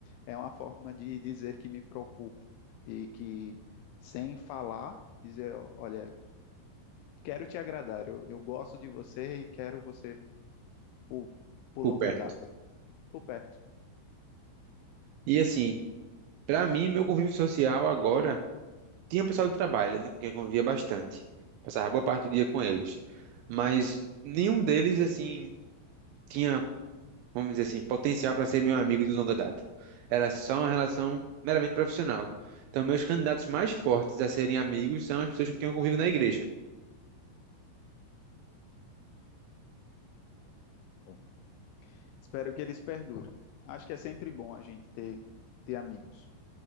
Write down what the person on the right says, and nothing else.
Por
perto.
E assim, pra mim, meu convívio social agora. Tinha o pessoal do trabalho, né? Com quem eu convivia bastante. Passava boa parte do dia com eles. Mas nenhum deles, assim, tinha, vamos dizer assim, potencial para ser meu amigo de longa data. Era só uma relação meramente profissional. Então, meus candidatos mais fortes a serem amigos são as pessoas com quem eu convivo na igreja.